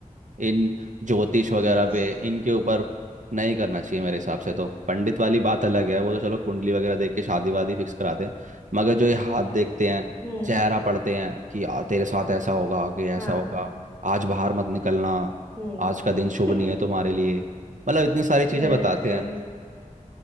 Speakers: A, on the right (about 60°); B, on the left (about 15°).
A: इन ज्योतिष वगैरह
B: Yes
A: पे इनके ऊपर नहीं करना चाहिए मेरे हिसाब से तो पंडित वाली बात अलग है वो तो चलो कुंडली वगैरह देख के शादी वादी फिक्स कराते हैं मगर जो ये हाथ देखते हैं
B: हम्म
A: चेहरा पढ़ते हैं कि आ, तेरे साथ ऐसा होगा आगे ऐसा
B: हाँ
A: होगा आज बाहर मत निकलना
B: हम्म
A: आज का दिन
B: <laughs>
A: शुभ नहीं है तुम्हारे लिए मतलब इतनी सारी चीजें
B: Yes
A: बताते
B: yes
A: हैं